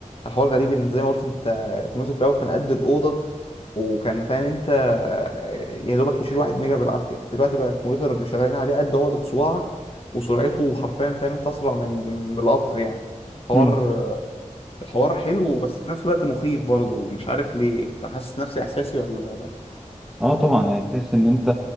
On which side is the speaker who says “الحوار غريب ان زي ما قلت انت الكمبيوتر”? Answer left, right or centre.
Left